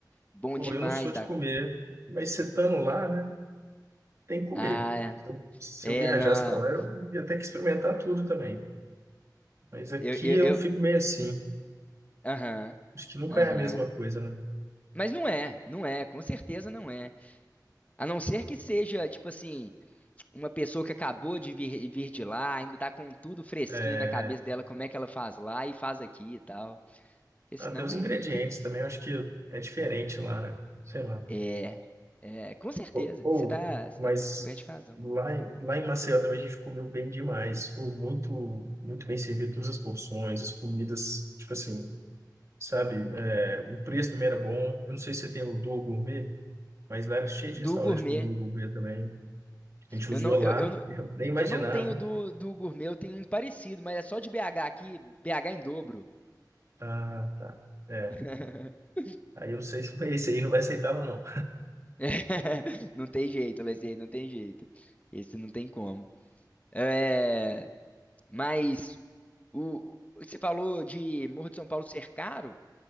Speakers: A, on the left (about 20°); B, on the right (about 40°).
A: bom
B: Pô,
A: demais
B: eu não sou de
A: da
B: comer,
A: conta
B: mas você estando lá, né, tem que comer.
A: ah
B: Se eu, se
A: é
B: eu viajasse
A: não
B: para lá, eu ia ter que experimentar tudo também. Mas aqui
A: eu eu,
B: eu fico
A: eu
B: meio assim.
A: aham
B: Acho que nunca
A: aham
B: é a mesma coisa, né?
A: mas não é não é com certeza não é A não ser que seja, tipo assim, uma pessoa que acabou de vir, vir de lá, ainda tá com tudo fresquinho
B: É,
A: na cabeça dela, como é que ela faz lá e faz aqui e tal. Porque
B: Até
A: senão,
B: os ingredientes
A: fique.
B: também, eu acho que é diferente lá, né? Sei lá.
A: É, é, com certeza.
B: Ou, ou-
A: Você tá, você
B: mas
A: tá coberto de razão.
B: lá, em- lá em Maceió também a gente comeu bem demais. Ou muito, muito bem servido, todas as porções, as comidas, tipo assim, sabe? É, o preço também era bom. Eu não sei se você tem o Duo Gourmet. Mas lá era cheio de
A: Do
B: restaurante
A: gourmet.
B: com do gourmet também. A gente
A: Eu
B: usou
A: não,
B: lá,
A: eu, eu não,
B: <laughs> eu nem imaginava.
A: eu não tenho do, do gourmet, eu tenho um parecido, mas é só de BH aqui, BH em dobro.
B: Ah, tá. É.
A: <laughs>
B: Aí eu não sei se esse aí não vai aceitar ou não.
A: <laughs> Não tem jeito, Alessandro, não tem jeito. Esse não tem como. É, mas. O, você falou de Morro de São Paulo ser caro?